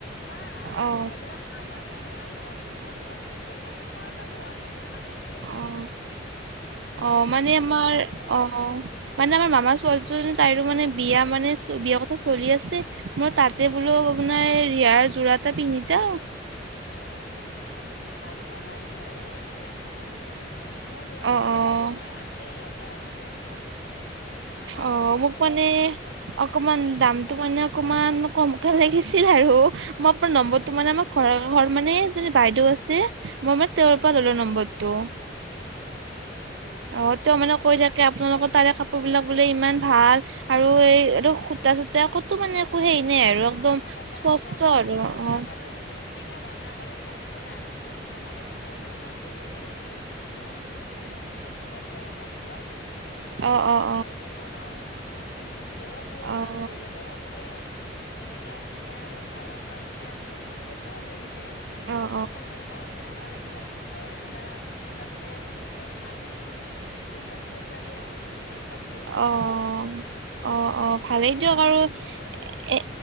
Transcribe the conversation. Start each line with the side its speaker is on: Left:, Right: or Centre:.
Left: পাই
Right: অ',
Left: হ'লে আমাৰ মানে অৰিজিনেল বাাটি দোকানত পোৱা যাব আমাৰ। দোকানত ধেৰ কাপোৰ
Right: অ
Left: আছে মানে
Right: অ
Left: এটা
Right: মানে আমাৰ
Left: অৰজি
Right: অ মানে আমাৰ মামা একচুৱালি তাইৰো মানে বিয়া মানে চলি বিয়াৰ কথা চলি আছে। মই তাতে
Left: অ'
Right: বোলো আপোনাৰ এই ৰিয়াৰ যোৰা এটা পিন্ধি যাওঁ।
Left: অ' পাৰিব পাৰিব। অ আমাৰ ইয়াতে পাৰ অ মই যোগাযোগ
Right: অ', অ',
Left: কৰি দিম নহয় আছে ইয়াত। এতিয়া আমাৰ ইয়াতে আছে। আমাৰো
Right: অ
Left: আছে
Right: মোক মানে
Left: এনেকেই
Right: অকমান দামতটো মানে অকমান। কমকে লাগিছিলে আৰু মই আপোনাৰ নম্বৰটো
Left: উম
Right: মানে আমাৰ ঘৰ ঘৰ মানে য বাইদেউ আছে মই মানে তেওঁৰ পৰা ললো নম্বৰটো। অ তেওঁ মানে
Left: ত
Right: কৈ থাকে আপোনালোকৰ তাৰে ক কবিলাক বোলে ইমান ভাল আৰু এই এই সূতা চূতা কতো মানে। হেৰি আৰু
Left: নাই
Right: একদম
Left: আমাৰ দাঁ
Right: স্পষ্ট
Left: চা দৰে
Right: আৰু
Left: একো
Right: অ', অ',
Left: বাই আমাৰ চিঙা ভাঙা আমাৰ এইবিলাক একো নাই। আমাৰ একদম, আমাৰ সেই আছে অ <inaudible> বহুত ধুনীয়া ফিনিচিং আছে আমাৰ কাপোৰৰ,
Right: অ',
Left: আমি
Right: অ', অ',
Left: ঘৰতে বনাওঁনে বিলা আমি নিজ জয় পুং
Right: অ', অ',
Left: আৰু বেলেগৰো পোৱে এনেকৈ আমি আৰু খালক কাৰণে আৰু চলি আছো আৰু এনেকে কে,
Right: অ',
Left: খালৰ কাৰণে আমাৰ এইবিলাক গোটৰ বিলাক, গোট আছে, আমি গোটত খাল বই বই, গোটত পইচা দিও গোটত লোণ
Right: অ',
Left: লও,
Right: অ', অ
Left: এনেকে
Right: ভালেই দিয়ক
Left: আমি
Right: আৰু
Left: এনেকেও চলি আছো।
Right: এ